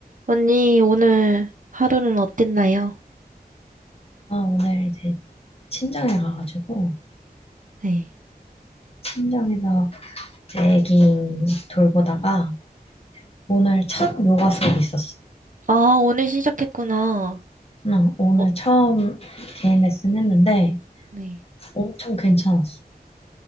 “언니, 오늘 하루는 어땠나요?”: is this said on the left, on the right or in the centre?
Right